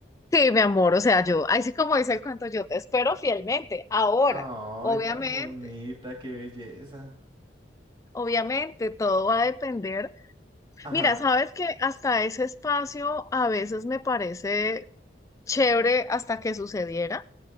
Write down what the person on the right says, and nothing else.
Ay,
tan bonita, qué belleza.
Ajá.